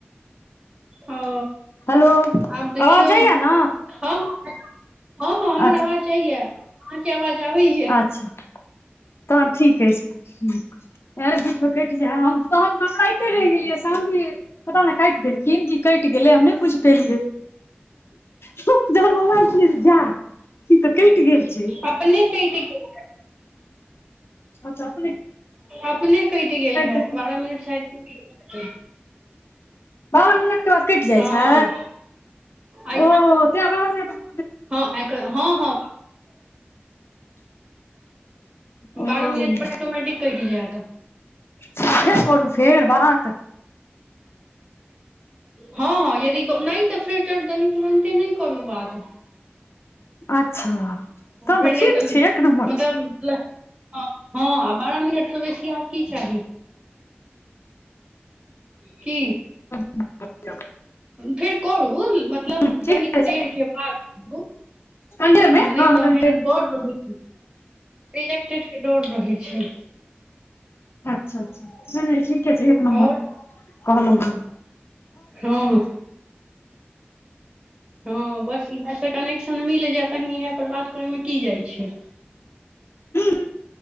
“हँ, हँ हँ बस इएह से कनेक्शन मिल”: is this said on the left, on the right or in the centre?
Right